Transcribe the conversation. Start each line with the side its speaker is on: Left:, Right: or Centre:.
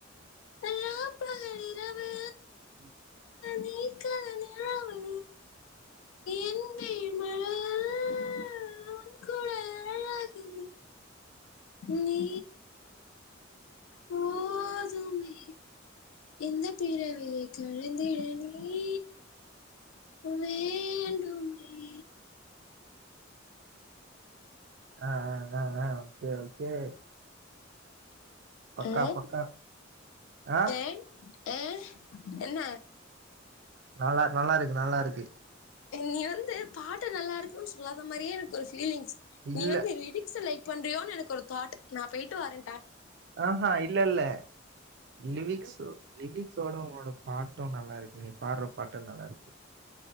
Left: ராப்பகல் இரவு
Right: உம்
Left: நீ கலர் நிலவு எந்தையும் மழையில் உன் குரல் அழகு நீ போதுமே இந்த பிறவியை கலந்திட நீ வேண்டுமே
Right: ஆ ஆ ஆ ஆ ஓகே ஓகே பக்கா
Left: அ
Right: பக்கா ஆ
Left: டைம் ஆ என்ன
Right: நல்லார்க்கு நல்லார்க்கு நல்லா இருக்கு
Left: நீ வந்து பாட்டு நல்லா இருக்கணு சொல்லாத மாரியே எனக்கு ஒரு ஃப் ஃபீலிங்ஸ்
Right: இல்ல
Left: நீவந்து ரிடிக்ஸ லைக் பண்றியோன்னு எனக்கு ஒரு தாட் நா போயிட்டு வாரே
Right: ஆஹா இல்லல்ல லிரிக்ஸ் லிரிக்ஸோட உனோட பாட்டு நல்லா இருக்கு நீ பாடுற பாட்டு நல்லா இருக்கு